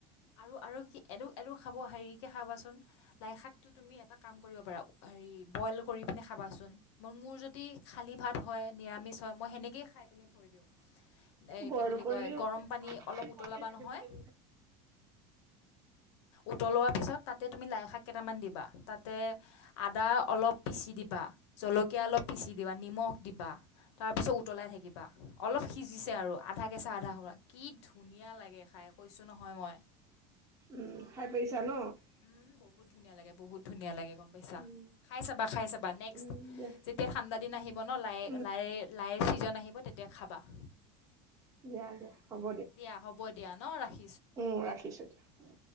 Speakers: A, on the left (about 85°); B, on the right (about 20°).
A: আৰু আৰু কি এইটো এইটো খাব, হেৰিকে খাবাচোন। লাইশাকটো তুমি এটা কাম কৰিব পাৰা হেৰি, বইল কৰিপিনে খাবাচোন। মৰ মোৰ যদি খালী ভাত হয়, নিৰামিষ- হয়, মই সেনেকে খাইপিনে থৈ দিওঁ। এই
B: বইল
A: কি বুলি
B: কৰিও
A: কয়,
B: উম
A: গৰম পানী অলপ উতলোবা
B: হয় নেকি
A: নহয়। উতলোৱাৰ পিছত তাতে তুমি লাইশাক কেইটামান দিবা। তাতে আদা অলপ পিছি দিবা, জলকীয়া অলপ পিচি- দিবা, নিমখ দিবা। তাৰপিছত উতলাই থাকিবা। অলপ সিজিছে আৰু। আধা কেঁচা আধা হৰা। কি ধুনীয়া লাগে খাই, কৈছোঁ নহয় মই।
B: উম খাই পাইছা ন
A: উম, বহুত ধুনীয়া লাগে, বহু ধুনীয়া লাগে। গম পাইছা।
B: উম
A: খাই চাবা, খাই চাবা। নেক্সট
B: উম দিয়া
A: যেতিয়া ঠাণ্ডা দিন আহিব ন, লাই
B: উম
A: লাই লাই চিজন আহিব তেতিয়া খাবা। উম,
B: দিয়া দিয়া হ'ব
A: দিয়া হ'ব- দিয়া ন ৰাখি-
B: উম, ৰাখিছোঁ দিয়া।